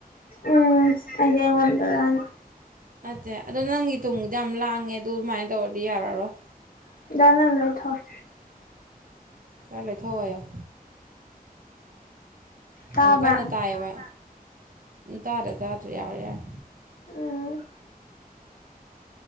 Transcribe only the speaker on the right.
ꯅꯠꯇꯦ ꯑꯗꯣ ꯅꯪꯒꯤ ꯇꯨꯡꯒꯤꯗꯣ ꯌꯥꯝ ꯂꯥꯡꯉꯦ ꯗꯨꯃꯥꯏꯅ ꯇꯧꯔꯗꯤ ꯌꯥꯔꯔꯣꯏ
ꯈꯔ ꯂꯩꯊꯧ ꯍꯥꯏꯌꯣ
ꯌꯥꯝ ꯀꯟꯅ ꯇꯥꯏꯌꯦꯕ ꯇꯥꯗ꯭ꯔꯦ ꯇꯥꯗ꯭ꯔꯦ ꯌꯥꯔꯦ ꯌꯥꯔꯦ